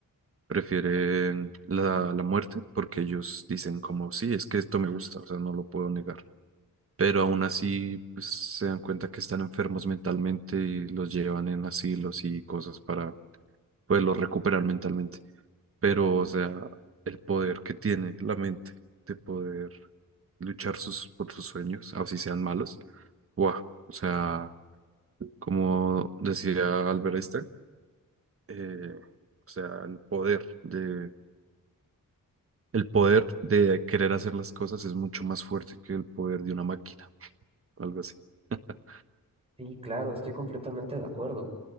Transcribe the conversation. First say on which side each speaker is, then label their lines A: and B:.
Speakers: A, on the right (about 40°); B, on the right (about 15°).
A: prefieren la, la muerte porque ellos dicen como, sí, es que esto me gusta, o sea, no lo puedo negar. Pero aún así, pues se dan cuenta que están enfermos mentalmente y los llevan en asilos y cosas para poderlos recuperar mentalmente. Pero, o sea, el poder que tiene la mente de poder luchar sus, por sus sueños, así sean malos, wow, o sea como decía Albert Einstein, eh, o sea, el poder de, el poder de querer hacer las cosas es mucho más fuerte que el poder de una máquina, algo así. <laughs>
B: Sí, claro, estoy completamente de acuerdo.